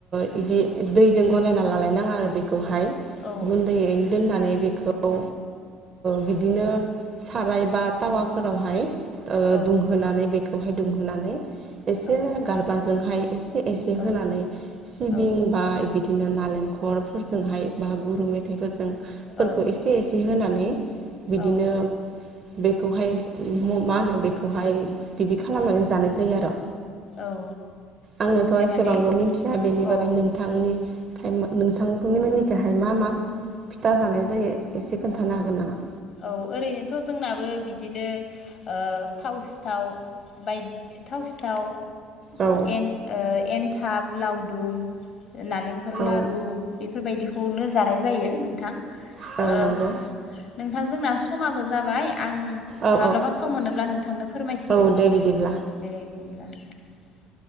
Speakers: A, on the right; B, on the left.
A: बिदि दैजों गलायना लालायनाङा आरो बेखौहाय
B: औ
A: गुन्दैयैनो दोननानै बे खौ ओ बिदिनो साराय बा टावाफोरावहाय ओ
B: औ
A: दुंहोनानै बेखौहाय दुंहोनानै एसे
B: औ
A: गारबाजोंहाय एसे एसे होनानै
B: औ
A: सिबिं
B: औ
A: बा बिदि बिदिनो नालेंखरफोरजोंहाय बा गुरु मेथाइफोरजोंफोरखौ
B: औ
A: एसे एसे होनानै बिदिनो
B: औ
A: बेखौहाय मा होनो बेखौहाय बिदि खालामनानै जानाय जायो आरो
B: औ
A: आंनोथ
B: एसे
A: एसेबांबो
B: माने
A: मिथिया बेनि
B: अ
A: बागै नोंथांनि नोंथांनि मोनिखौहाय मा मा फिथा जानाय जायो एसे खोन्थानो हागोन नामा
B: औ ओरैनोथ' जोंनाबो बिदिनो ओ थाव सिथाव बायदि थाव सिथाव
A: औ
B: एन ओ एनथाब लावदुम नालेंखर लारु
A: औ
B: बेफोरबायदिखौनो जानाय जायो नोंथां ओ
A: औ नंगौ
B: नोंथां जोंना समाबो जाबाय आं
A: औ
B: माब्लाबा सम मोनोब्ला नोंथांनो फोरमायसिगोन
A: औ औ दे बिदिब्ला
B: दे <unintelligible>